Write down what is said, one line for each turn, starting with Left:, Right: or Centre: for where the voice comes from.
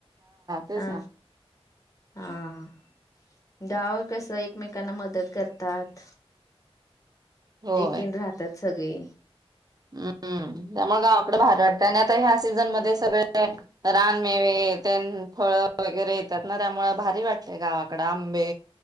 Right: तेच
Left: हा,
Right: ना.
Left: हा हा, गाव कसं एकमेकांना मदत करतात.
Right: होय.
Left: एकेन राहतात सगळी.
Right: हम्म, त्यामुळे गावाकडे बाहेर वाटत आणि आता ह्या सीझन मध्ये सगळे. रानमेवे तेन फळ वगैरे येतात ना त्यामुळ भारी वाटले गावाकड आंबे.